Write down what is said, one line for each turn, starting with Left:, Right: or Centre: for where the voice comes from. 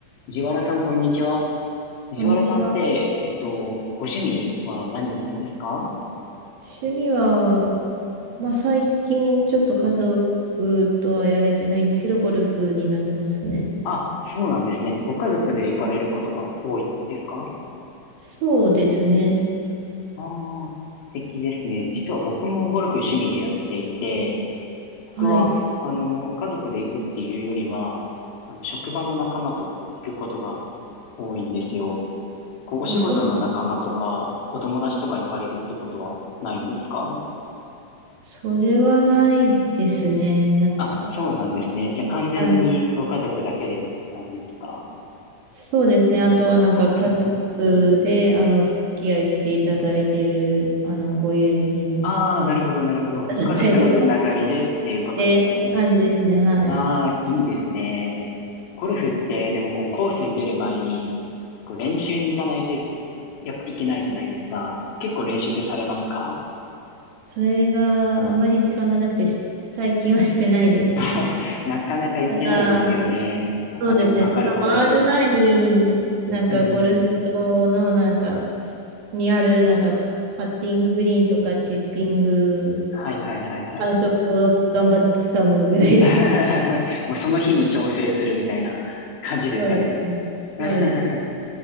Left: 藤原さん、こんにちは。藤原さんって、
Right: こんにちは。
Left: えっと、ご趣味は何なんですか
Right: 趣味は、まあ、最近ちょっと家族とはやれてないんですけど、ゴルフになりますね。
Left: あ、そうなんですね。ご家族で行かれることが多いですか
Right: そうですね。
Left: ああー、素敵ですね。実は僕もゴルフ趣味でやっていて、僕は、
Right: はい。
Left: あの、家族で行くっていうよりは、あの、職場の仲間と行くことが多いんですよ。こう、お仕事の仲間とか、
Right: あ、そうなん、
Left: お友達とか行かれるってことはないんですか
Right: それはないですね。なんか、
Left: あ、そうなんですね。じゃあ完全にご家族だけでっていう感じですか
Right: はい。そうですね。あとはなんか家族
Left: あ、そうなんだ。
Right: で、あの、お付き合いしていただいている、あの、ご友人の
Left: ああ、なるほど、なるほど。
Right: <laughs> 方だったりとか
Left: 家族のつながりでっていうことですよね。
Right: で、って感じですね。はい。
Left: ああ、いいですね。ゴルフって、でもこうコースに出る前に、こう練習に行かないとやっぱいけないじゃないですか。結構練習ってされますか
Right: それがあんまり時間がなくてし、最近はしてないですね。
Left: <laughs> なかなか行けないですよね。
Right: ただ、
Left: お金もかかることですし。
Right: そうですね。ただ回る前に、なんかゴルフ場のなんか、
Left: うんうん。
Right: にあるなんか、パッティンググリーンとかチッピング、
Left: はいはいはいはい
Right: 感触を頑張って掴むぐらいですね。
Left: はい。<laughs> もうその日に調整するみたいな感じですかね。
Right: そうですね。
Left: <laughs>
Right: そうですね。